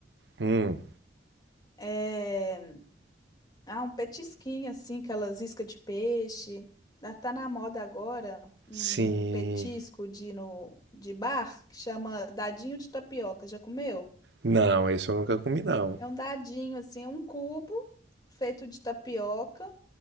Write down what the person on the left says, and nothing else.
É, ah, um petisquinho assim, aquelas iscas de peixe. Ah, Tá na moda agora um
petisco de no de bar que chama dadinho de tapioca. Já comeu?
É um dadinho assim, um cubo feito de tapioca,